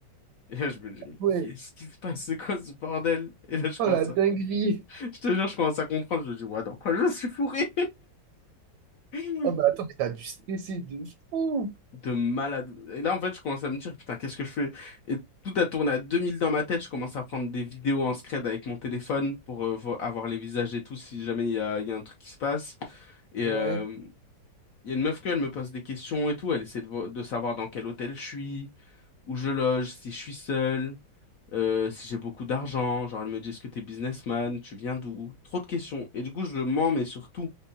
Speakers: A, on the left; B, on the right.
A: Et là, je me dis, mais
B: ouais.
A: qu'est-ce qui se passe? C'est quoi ce bordel? Et là, je commence
B: Oh la dinguerie.
A: Je te jure, je commence à comprendre. Je me dis, ouais, dans quoi je suis fourré? <laughs>
B: Oh, mais attends, mais t'as dû stresser de fou.
A: De malade. Et là, en fait, je commence à me dire, putain, qu'est-ce que je fais? Et tout a tourné à 2000 dans ma tête. Je commence à prendre des vidéos en scred avec mon téléphone pour euh, vo- avoir les visages et tout, si jamais il y a, il y a un truc qui se passe. Et
B: Ouais.
A: euh, il y a une meuf que, elle me pose des questions et tout. Elle essaie de, vo- de savoir dans quel hôtel je suis, où je loge, si je suis seul. euh, si j'ai beaucoup d'argent, genre elle me dit est-ce que t'es businessman, tu viens d'où? Trop de questions. Et du coup, je mens, mais surtout,